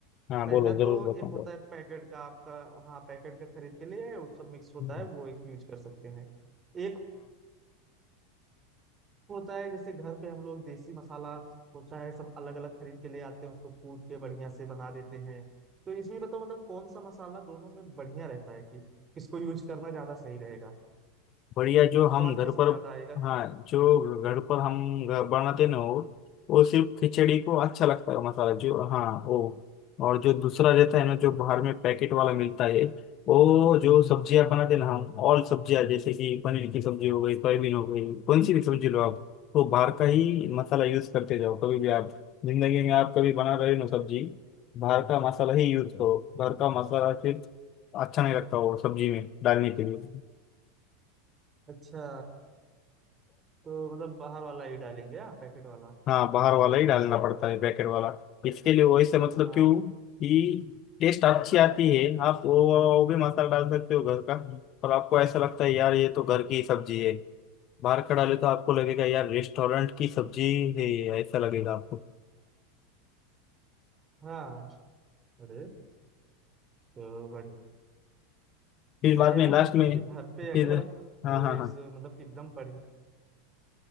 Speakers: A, on the left (about 40°); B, on the right (about 25°).
A: हाँ
B: पहला
A: बोलो जरूर
B: तो
A: बताऊँ
B: एक होता है पैकेट का आपका हाँ पैकेट का खरीद के ले आए वो सब मिक्स होता
A: हाँ
B: है वो एक यूज कर सकते हैं एक होता है जैसे घर पे हम लोग देसी मसाला होता है सब अलग अलग खरीद के ले आते हैं उसको कूट के बढ़िया से बना देते हैं तो इसमें बताओ मतलब कौन सा मसाला दोनों में बढ़िया रहता है कि किसको यूज करना ज्यादा सही रहेगा
A: बढ़िया जो
B: स्वाद
A: हम घर
B: किसमें
A: पर
B: ज्यादा आएगा
A: हाँ जो घर
B: हाँ
A: पर हम ग- बनाते ना हो वो सिर्फ खिचड़ी को अच्छा लगता है मसाला जो हाँ वो और जो दूसरा रहता है ना जो बाहर में पैकेट वाला मिलता है वो जो सब्जियां
B: हाँ
A: बनाते ना हम ऑल सब्जियां जैसे कि पनीर की सब्जी हो गई सोयाबीन हो गई कौन सी भी सब्जी लो आप वो बाहर का ही मसाला यूज करते जाओ कभी भी आप जिंदगी में आप कभी बना रहे हो ना सब्जी बाहर का मसाला ही यूज करो घर का मसाला सिर्फ अच्छा नहीं लगता वो सब्जी में डालने के लिए
B: अच्छा तो मतलब बाहर वाला ही डालेंगे हाँ पैकेट वाला
A: हाँ बाहर वाला ही डालना पड़ता है पैकेट वाला इसके लिए वैसे मतलब
B: आ,
A: क्यों कि टेस्ट अच्छी आती है आप वो वो भी मसाला डाल सकते हो घर का और आपको ऐसा लगता है यार ये तो घर की सब्जी है बाहर का डाले तो आपको लगेगा यार रेस्टोरेंट की सब्जी है ये, ऐसा लगेगा आपको
B: हाँ अरे तो बढ़िया
A: फिर
B: मैं
A: बाद
B: यार
A: में लास्ट
B: मतलब
A: में
B: कि घर पे
A: फिर
B: अगर तो
A: हाँ हाँ
B: एक
A: हाँ
B: सो- मतलब कि एकदम बड़ी